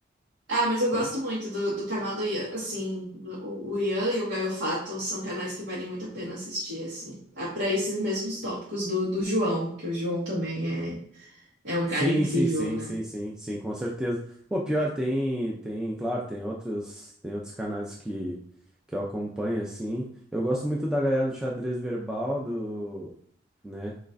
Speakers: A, on the right; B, in the centre.
A: Ah, mas eu gosto
B: Pode-
A: muito do, do canal do Ian. Assim, o, o Ian e o Gaiofato são canais que valem muito a pena assistir, assim. Ah, para esses mesmos tópicos do, do João, que o João também é, é um cara
B: Sim,
A: incrível,
B: sim, sim,
A: né?
B: sim, sim, sim, com certeza. Pô, pior, tem, tem, claro, tem outros, tem outros canais que, que eu acompanho, assim. Eu gosto muito da galera do xadrez verbal, do, né?